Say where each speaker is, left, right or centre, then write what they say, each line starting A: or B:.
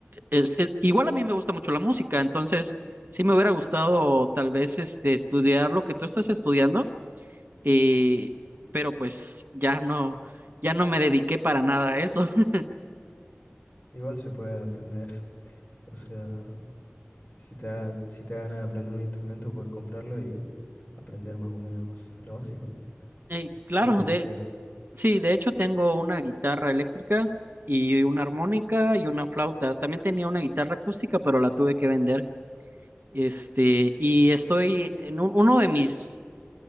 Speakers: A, on the right; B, on the left.
A: es, es- igual a mí me gusta mucho la música, entonces sí me hubiera gustado tal vez este, estudiar lo que tú estás estudiando y, pero pues ya no, ya no me dediqué para nada a eso. <laughs>
B: Igual se puede aprender. <laughs> O sea, si te da, si te da ganas de aprender un instrumento, puedes comprarlo y aprender más o menos lo básico.
A: Eh, claro,
B: Es divertido.
A: de, sí, de hecho tengo una guitarra eléctrica y una armónica y una flauta. También tenía una guitarra acústica, pero la tuve que vender. Este, y estoy en un- uno de mis,